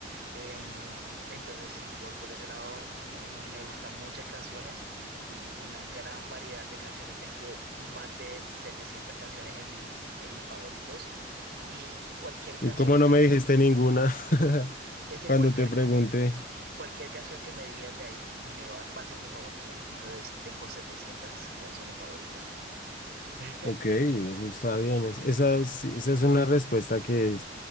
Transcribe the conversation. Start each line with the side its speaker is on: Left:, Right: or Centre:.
Right: Em, entonces sí, por, por ese lado mm, me gustan muchas canciones, mm, una gran variedad de canciones, tengo más de 700 canciones en mi, en mis favoritos y cualquier canción
Left: ¿Y ¿Cómo
Right: que
Left: no
Right: me...
Left: me
Right: po-
Left: dijiste ninguna <laughs>
Right: Es que
Left: cuando
Right: cualquier,
Left: te pregunté?
Right: cualquier canción que me digas de ahí me va, va a ser mi favorita, entonces tengo 700 canciones favoritas. <laughs>
Left: Ok, eso está bien, es- esa, es- esa es una respuesta que